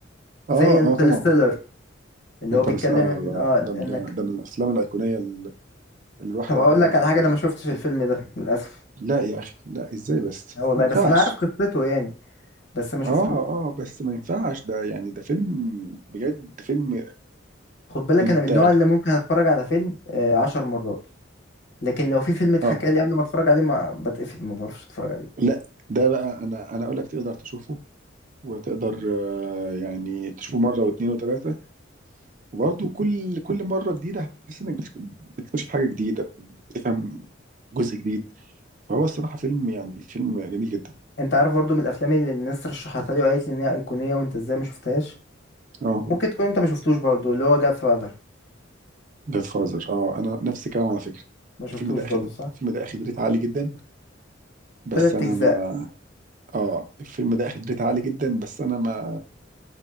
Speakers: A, on the left (about 60°); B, on the right (about 40°).
A: زي
B: اه
A: انترستيلر
B: اه طبعا
A: اللي
B: انترس
A: هو بيتكلم
B: اه
A: ان
B: ده
A: اه
B: ده
A: انك
B: ده ده من الافلام الايقونية اللي الواحد
A: طب هقول
B: عمره
A: لك
B: ما
A: على
B: هي
A: حاجه انا ما شفتش الفيلم ده للاسف
B: لا يا اخي لا ازاي بس
A: اه والله
B: ما ينفعش
A: بس انا عارف قصته يعني بس ما شفتوش
B: اه اه بس ما ينفعش ده يعني ده فيلم بجد فيلم
A: خد بالك
B: انت
A: انا من النوع اللي ممكن اتفرج على فيلم آه، عشر مرات لكن لو في فيلم اتحكى
B: اه
A: لي قبل ما اتفرج عليه ما بتقفل ما بعرفش اتفرج عليه
B: لا ده بقى انا انا اقول لك تقدر تشوفه وتقدر آه، يعني تشوفه مره واثنين وثلاثه وبرضه كل كل مره جديده هتحس انك بتكتشف بتكتشف حاجه جديده بتفهم جزء جديد فهو الصراحه فيلم يعني فيلم جميل جدا
A: انت عارف برضو من الافلام اللي الناس رشحتها لي وقالت لي انها ايقونيه وانت ازاي ما شفتهاش
B: اه
A: ممكن تكون انت ما شفتوش برضو اللي هو جاد فاذر
B: جاد فازر اه انا نفس الكلام على فكره
A: ما شفتوش
B: الفيلم ده
A: برضو
B: اخد
A: صح
B: الفيلم ده اخد ريت عالي جدا بس
A: تلات
B: انا
A: اجزاء
B: ما اه الفيلم ده اخد ريت عالي جدا بس انا ما